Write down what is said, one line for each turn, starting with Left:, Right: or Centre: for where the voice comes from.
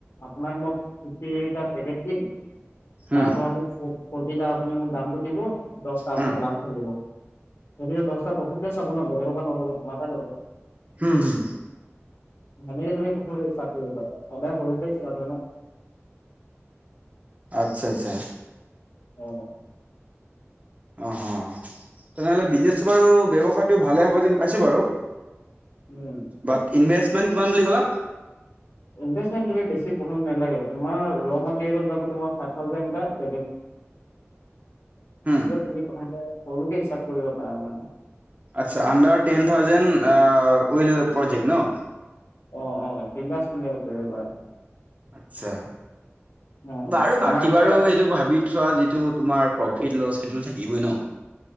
Left: আপোনাক মই ফ্তিকে দিম
Right: হুম,
Left: তাৰ পৰা মোক ফৰটিটা আপুনি ম, দামটো দিব দটা আপোনাৰ
Right: হুম,
Left: লাভ থাকিব। সেইটো দহটা প্ৰফিটে চাব ন, বেলেগৰ পৰা নলব তোমাৰ পৰাই ল'ব।
Right: হম, হম।
Left: সেনেকে তুমি প্ৰথম ষ্টাৰ্ট কৰিবা সদায় সৰুৰ পৰাই ষ্টাৰ্ট হয় ন।
Right: আচ্ছা, আচ্ছা।
Left: অ'।
Right: অ, তেনেহ'লে বিজনেচটো বাৰু ব্যৱসায়টো ভালে হ'ব যেন পাইছো বাৰু।
Left: উম
Right: বাট ইনভেষ্টমেণ্ট কিমান বুলি ক'লা?
Left: নভে বেছম নালাগে তমাৰ মেলত যাবাৰে যাব।
Right: হুম,
Left: কৰিবাৰা মানে।
Right: আচ্ছা under ten thousand will project ন।
Left: অ', অ', বিন্দাস ম কৰিব পাৰা।
Right: আত্ছা
Left: অ
Right: বাৰু বাকী
Left: আমাৰ এতিয়া
Right: বাৰু এইটো ভাবি চোৱা যিটো তোমাৰ প্ৰফিট লছ সেইটো থাকিবই ন।